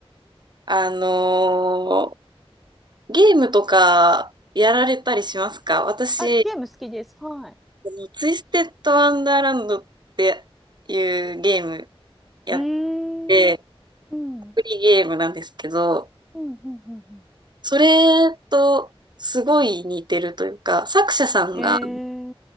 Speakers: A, on the right (about 45°); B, in the centre.
A: あのーゲームとかやられたりしますか私、
B: あ、ゲーム好きです。はい。
A: のツイステッドワンダーランドっていうゲームやっ
B: うーん。
A: て、
B: うん。
A: アプリーゲームなんですけど、
B: うん。うん。うん
A: それとすごい似てるというか、作者さんが
B: うんえ